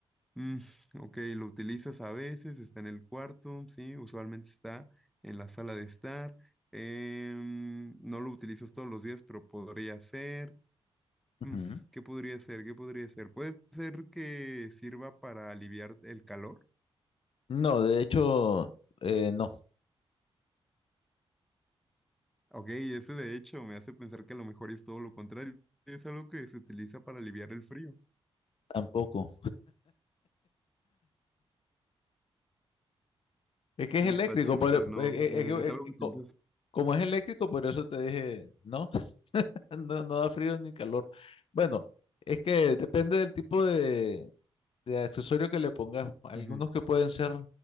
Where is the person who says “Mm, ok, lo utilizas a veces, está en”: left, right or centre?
Centre